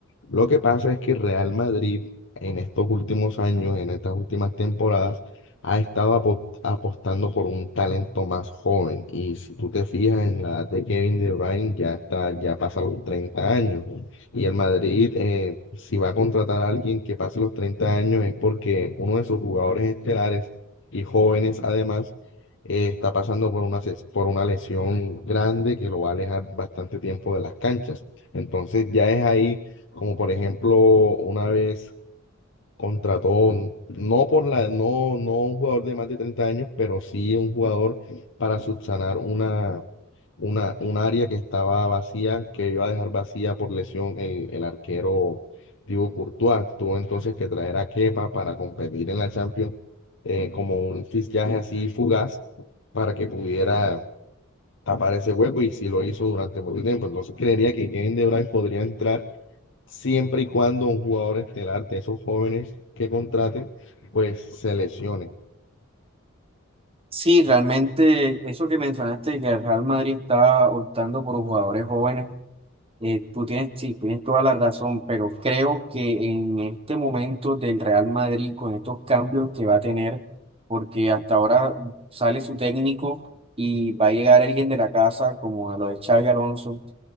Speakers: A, on the left; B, on the right.
A: Lo que pasa es que el Real Madrid en estos últimos años, en estas últimas temporadas, ha estado apo- apostando por un talento más joven. Y si tú te fijas en la edad de Kevin De Bruyne, ya está, ya pasa los 30 años. Y el Madrid, eh, si va a contratar a alguien que pase los 30 años, es porque uno de sus jugadores estelares y jóvenes además eh, está pasando por una, ses- por una lesión grande que lo va a alejar bastante tiempo de las canchas. Entonces ya es ahí, como por ejemplo, una vez contrató, no por la, no, no un jugador de más de 30 años, pero sí un jugador para subsanar una, una, un área que estaba vacía, que iba a dejar vacía por lesión el, el arquero Thibaut Courtois. Tuvo entonces que traer a Kepa para competir en la Champions eh, como un fichaje así fugaz para que pudiera tapar ese hueco y si lo hizo durante mucho tiempo. Entonces creería que Kevin De Bruyne podría entrar siempre y cuando un jugador estelar de esos jóvenes que contraten pues se lesione.
B: Sí, realmente eso que mencionaste, que el Real Madrid está optando por jugadores jóvenes, eh, tú tienes, sí, tienes toda la razón, pero creo que en este momento del Real Madrid, con estos cambios que va a tener, porque hasta ahora sale su técnico y va a llegar alguien de la casa, como lo de Xavi Alonso,